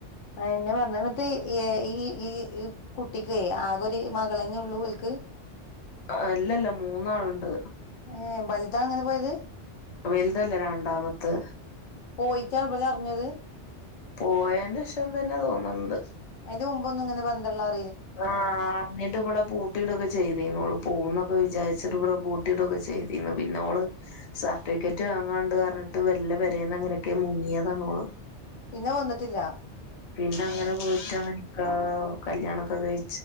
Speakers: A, on the left; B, on the left.
A: അതന്നെ പറഞ്ഞെ ന്നട്ട് ഈ ഈ ഈ കുട്ടിക്ക് ആകൊരു മകളന്നെ ഉള്ളൂവൽക്ക്
B: അല്ലല്ല മൂന്നാളുണ്ട്
A: ഏഹ് ബൽതാ അങ്ങനെ പോയത്
B: വലുതല്ല രണ്ടാമത്ത്
A: പോയിറ്റാ അവര് അറിഞ്ഞത്
B: പോയന്റെഷം തന്നെ തോന്ന്ണ്ട്
A: ഇതിനു മുമ്പോന്നും ഇങ്ങനെ ബന്ധള്ളത് അ
B: ആഹ് അറിഞ്ഞിട്ട് ഇവിടെ പൂട്ടിടൊക്കെ ചെയ്തീനു ഓള് പോകുംന്നൊക്കെ വിചാരി ച്ചിട്ട് ഇവിടെ പൂട്ടിടൊക്കെ ചെയ്തിന്ന് പിന്നെോള് സർട്ടിഫിക്കറ്റ് വാങ്ങാണ്ട്ന്ന് പറഞ്ഞിട്ട് വെല്ലെ പേരെന്ന്‌ എങ്ങനെയൊക്കെ മുങ്ങിയതാണോള്ള്
A: പിന്നെ വന്നിട്ടില്ല
B: പിന്നെ അങ്ങനെ പോയിട്ടാണ് നിക്കാഹ് കല്യാണൊക്കെ കഴി